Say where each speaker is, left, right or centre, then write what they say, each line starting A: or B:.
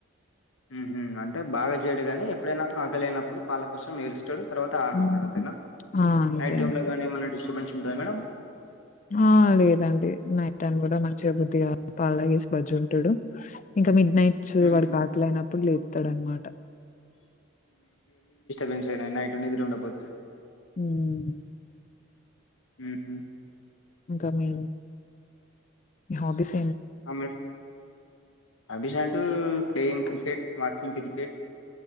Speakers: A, on the left; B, on the left.
A: ఉహు అంటే బాగా చేయ్డు గాని ఎప్పుడైనా ఆకలైనప్పుడు పాల కోసం ఏడుస్తాడు. తర్వాత ఆడ్కుంటాడు
B: హ్మ్.
A: అంతేనా
B: ఆ! అంతే
A: నైట్ టైం
B: అంతే.
A: లో కానీ ఏమన్నా డిస్టర్బెన్స్ ఉంటుందా మేడం.
B: ఆహ్ లేదండి నైట్ టైం కూడా మంచిగా బుద్ధిగా పాల్తాగేసి బజ్జోంటాడు ఇంకా. మిడ్ నైట్స్
A: ఉహు
B: వాడ్కి ఆక్కలైనప్పుడు లేప్తాడాన్మాట.
A: టెన్షనే నైట్ నిద్ర ఉండక్పోతే.
B: ఉమ్.
A: ఊహు.
B: ఇంకా మీ హబీస్.
A: అమిల్ అభిషా. ఉమ్ ప్లేయింగ్ క్రికెట్ వాచింగ్ క్రికెట్.